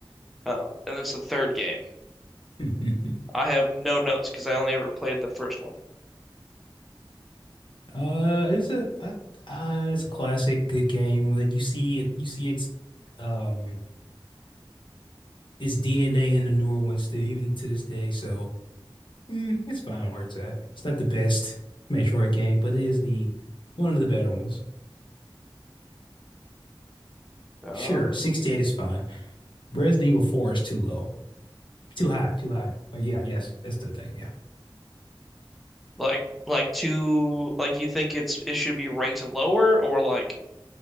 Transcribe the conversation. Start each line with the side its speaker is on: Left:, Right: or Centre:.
Centre: Um, and it's the third game.
Left: <laughs>
Centre: I have no notes because I only ever played the first one.
Left: Uh, it's a I, uh, it's a classic good game. Like you see it, you see its um its DNA in the newer ones to even to this day. So mm, it's fine where it's at. It's not the best Metroid game, but it is the one of the better ones.
Centre: Oh.
Left: Sure, 68 is fine. Res Evil 4 is too low, too high, too high. But yeah, yes, that's the thing. Yeah,
Centre: Like like two, like you think it's it should be ranked lower or like